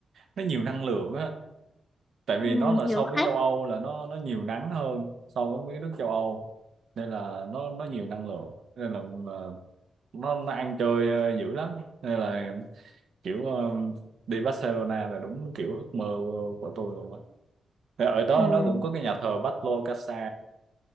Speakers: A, on the right; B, on the left.
A: nó nhiều năng lượng á tại vì
B: Ừm,
A: nó là
B: hiếu
A: so với
B: khách
A: châu Âu là nó nó nhiều nắng hơn so với mấy nước châu Âu nên là nó nó nhiều năng lượng nên là ờ, nó, nó ăn chơi ờ, dữ lắm nên là kiểu ờ, đi Barcelona là đúng kiểu ước mơ của tôi luôn á thì ở đó
B: Ừm,
A: nó cũng có cái nhà thờ Pablo Casa